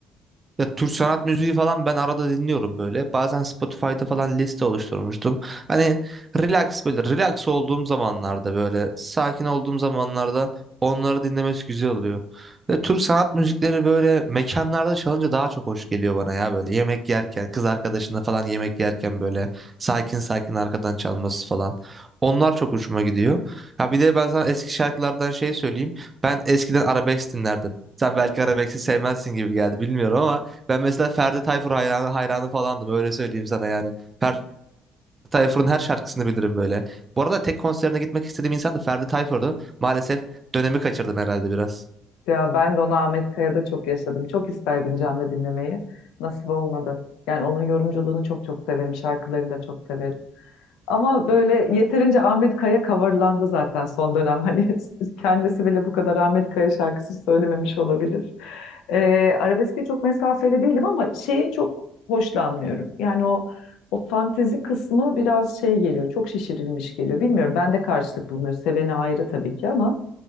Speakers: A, on the right (about 25°); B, on the left (about 85°).
A: Ya Türk sanat müziği falan ben arada dinliyorum böyle. Bazen Spotify'da falan liste oluşturmuştum. Hani relax böyle relax olduğum zamanlarda böyle sakin olduğum zamanlarda onları dinlemesi güzel oluyor. Ve Türk sanat müzikleri böyle mekanlarda çalınca daha çok hoş geliyor bana ya böyle yemek yerken kız arkadaşına falan yemek yerken böyle sakin sakin arkadan çalması falan. Onlar çok hoşuma gidiyor. Ha bir de ben sana eski şarkılardan şey söyleyeyim. Ben eskiden arabesk dinlerdim. Sen belki arabesk'i sevmezsin gibi geldi bilmiyorum ama ben mesela Ferdi Tayfur hayranı, hayranı falandım öyle söyleyeyim sana yani. Ferdi Tayfur'un her şarkısını bilirim böyle. Bu arada tek konserine gitmek istediğim insan da Ferdi Tayfur'du. Maalesef dönemi kaçırdım herhalde biraz.
B: Ya ben de onu Ahmet Kaya'da çok yaşadım. Çok isterdim canlı dinlemeyi. Nasip olmadı. Yani onun yorumculuğunu çok çok severim. Şarkılarını da çok severim. Ama böyle yeterince Ahmet Kaya coverlandı zaten son dönem. <laughs> Hani kendisi bile bu kadar Ahmet Kaya şarkısı söylememiş olabilir. Ee, arabeske çok mesafeli değilim ama şeye çok hoşlanmıyorum. Yani o o fantezi kısmı biraz şey geliyor. Çok şişirilmiş geliyor. Bilmiyorum ben de karşılık bulmuyorum. Seveni ayrı tabii ki ama